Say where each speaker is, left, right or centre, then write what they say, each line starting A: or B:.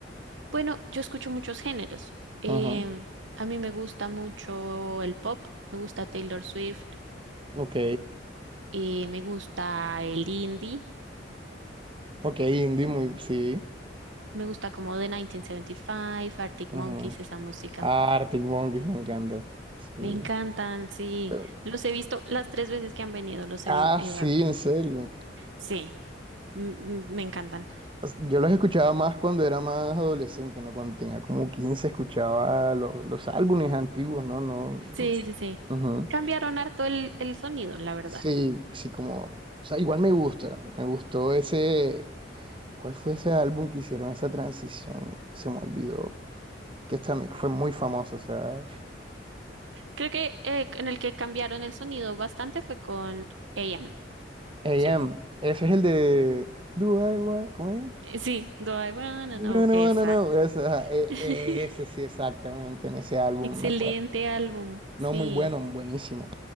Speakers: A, on the right; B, on the right.
A: Bueno, yo escucho muchos géneros. Em,
B: Ujú,
A: a mí me gusta mucho el pop, me gusta Taylor Swift,
B: Ok.
A: eh, me gusta el indie.
B: Ok, indie muy, sí.
A: Me gusta como The 1975, Arctic
B: ujú.
A: Monkeys, esa música.
B: Ah, Arctic Monkeys me encanta. Sí.
A: Me encantan, sí.
B: Eh,
A: Los he visto las tres veces que han venido, los
B: Ah,
A: he vi- ido
B: sí,
A: a ver.
B: en serio.
A: Sí, m- m- me encantan.
B: O sea, Yo los escuchaba más cuando era más adolescente, ¿no? Cuando tenía como 15 escuchaba los, los álbumes antiguos, ¿no? No,
A: Sí,
B: Sí.
A: sí, sí.
B: ujú.
A: Cambiaron harto el, el sonido, la verdad.
B: Sí, sí, como, o sea, igual me gusta, me gustó ese, ¿cuál fue ese álbum que hicieron esa transición que se me olvidó? Que esta mi- fue muy famosa, o sea,
A: Creo que eh, en el que cambiaron el sonido bastante fue con A M.
B: AM,
A: ¿sí?
B: ese es el de, Do I want, ¿cómo es?
A: Eh, Sí, Do I Wanna
B: No,
A: Know.
B: no,
A: Exacto.
B: no, no, no, ese, ajá, eh,
A: <laughs>
B: ese sí, exactamente, en ese álbum
A: Excelente
B: me
A: álbum,
B: No,
A: sí.
B: muy bueno, buenísimo.